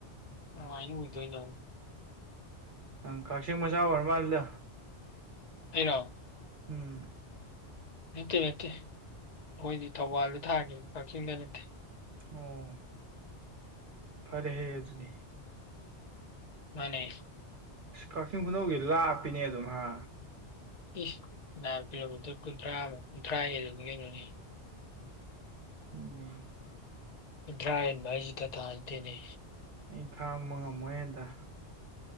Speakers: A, on the left; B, on the right.
A: ꯑꯥꯏꯅ ꯎꯗꯣꯏ ꯅ
B: ꯑꯪ ꯀꯛꯆꯤꯡ ꯃꯆꯥ ꯑꯣꯏꯔ ꯃꯥꯜꯗ
A: ꯑꯩꯔꯣ
B: ꯎꯝ
A: ꯅꯠꯇꯦ ꯅꯠꯇꯦ ꯑꯩꯈꯣꯏꯗꯤ ꯊꯧꯕꯥꯜꯗ ꯊꯥꯈꯤ ꯀꯛꯆꯤꯡꯗ ꯅꯠꯇꯦ
B: ꯑꯣ ꯐꯔꯦ ꯍꯌꯦ ꯑꯗꯨꯅꯤ
A: ꯃꯥꯅꯦ
B: ꯑꯁ ꯀꯛꯆꯤꯡ ꯈꯨꯅꯧꯒꯤ ꯂꯥꯞꯄꯤꯅꯦ ꯑꯗꯨꯝ ꯍꯥ
A: ꯏꯁ ꯅꯥ ꯀꯤꯂꯣꯃꯤꯇꯔ ꯀꯨꯟꯊ꯭ꯔꯥ ꯑꯃ ꯀꯨꯟꯊ꯭ꯔꯥ ꯍꯦꯜꯂꯕ ꯀꯩꯅꯣꯅꯦ
B: ꯃꯦ <unintelligible>
A: ꯗ꯭ꯔꯥꯏꯟ ꯏꯁꯤꯗ ꯇꯗꯅꯦ
B: ꯑꯩ ꯈꯥꯝꯕ ꯉꯝꯃꯣꯏꯗ